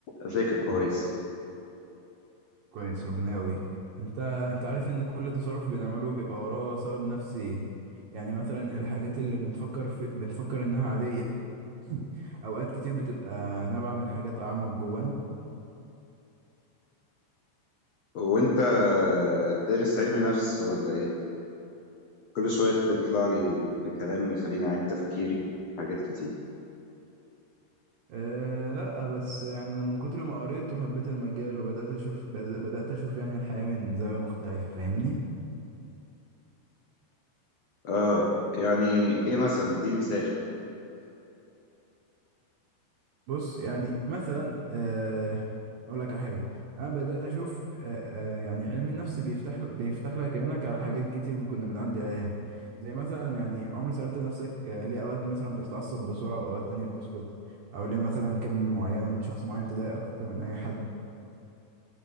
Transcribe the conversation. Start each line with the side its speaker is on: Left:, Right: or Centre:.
Left: اذاكر كويس
Right: كويس ربنا يقويك أنت أنت عارف إن كل تصرف بنعمله بيبقى وراه سبب نفسي يعني مثلا الحاجات اللي بنفكر في... بنفكر إنها عادية <clears throat> أوقات كتير بتبقى نابعة من حاجات أعمق جوانا
Left: وانت دارس علم نفس ولا ايه كل شوية تطلع لي بكلام يخليني اعيد تفكيري في حاجات كتير
Right: أه لا بس يعني أنا من كتر ما قريت وحبيت المجال وبدأت أشوف بد- بدأت أشوف يعني الحياة من زاوية مختلفة فاهمني؟
Left: اه يعني ايه مثلا اديني مثال
Right: بص يعني مثلا آه، هقول لك على حاجه انا بدات اشوف آه، آه، يعني علم النفس بيفتح بيفتح لك عينك على حاجات كتير كنا بنعدي عليها زي مثلا يعني عمر سالت نفسك آه، ليه اوقات مثلا بتتعصب بسرعه واوقات تانية بتسكت او ليه مثلا كلمه معينه من شخص معين تضايقك اكتر من اي حد